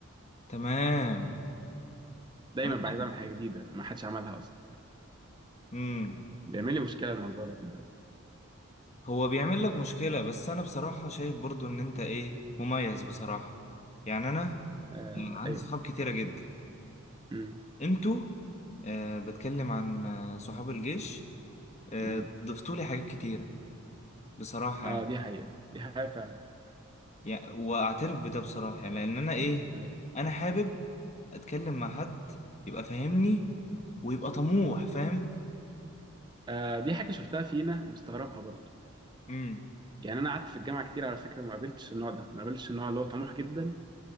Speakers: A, on the left; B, on the right.
A: تمام
B: دايما
A: أنا
B: بقى
A: فاهم
B: عايز اعمل حاجه جديده ما حدش عملها اصلا
A: امم
B: بيعمل لي مشكله الموضوع ده خد بالك
A: هو بيعمل لك مشكلة بس أنا بصراحة شايف برضو إن أنت إيه مميز بصراحة يعني أنا
B: آه
A: آه، عندي
B: ايوه
A: صحاب كتيرة جدا
B: امم
A: انتوا آه بتكلم عن آه، صحاب الجيش آه
B: امم
A: ضفتولي حاجات كتيرة بصراحة
B: اه
A: يعني,
B: دي حقيقه دي حقيقه فعلا
A: يعني واعترف بده بصراحة يعني لان انا ايه
B: ايوه
A: انا حابب اتكلم مع حد يبقى فاهمني ويبقى طموح فاهم
B: آه دي حاجه شفتها فينا مستغربها برضه
A: امم
B: يعني انا قعدت في الجامعه كتير على فكره ما قابلتش النوع ده ما قابلتش النوع اللي هو طموح جدا